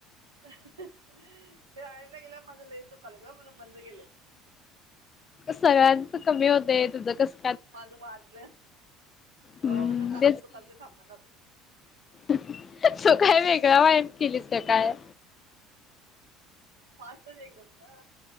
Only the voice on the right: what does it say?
मी आईला गेलं माझं लई दुकान ग म्हण बंद गेलं.
माझं वाढलं तर
म्हणज तात दुकान ते थांबणार.
फास्टच एकदम ना